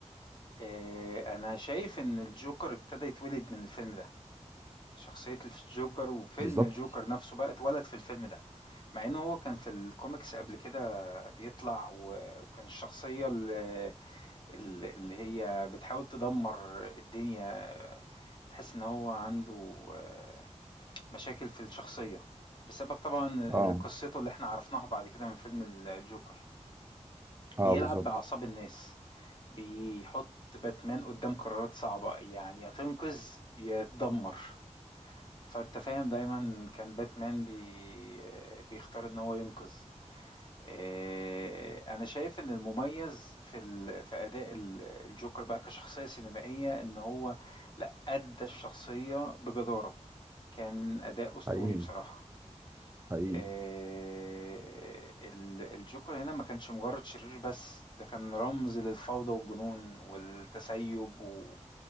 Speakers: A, on the left (about 40°); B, on the right (about 20°).
A: آه، انا شايف ان الجوكر ابتدى يتولد من الفيلم ده شخصية الف- الجوكر وفيلم
B: بالظبط
A: الجوكر نفسه بقى اتولد في الفيلم ده مع ان هو كان في الكوميكس قبل كده بيطلع و- وكان الشخصية اللي, اللي هي بتحاول تدمر الدنيا تحس ان هو عنده آه، مشاكل في الشخصية بسبب طبعا
B: اه
A: قصته اللي احنا عرفناها بعد كده من فيلم الجوكر
B: اه
A: بيلعب
B: بالظبط
A: بأعصاب الناس بيحط باتمان قدام قرارات صعبة يعني يا تنقذ يا تدمر فأنت فاهم دايما كان باتمان بي... بيختار ان هو ينقذ آه، انا شايف ان المميز في ال... في اداء ال- الجوكر بقى كشخصية سينمائية ان هو لا ادى الشخصية بجدارة كان اداء اسطوري
B: حقيقي
A: بصراحة
B: حقيقي
A: آه، ال- الجوكر هنا ما كانش مجرد شرير بس ده كان رمز للفوضى والجنون والتسيب و...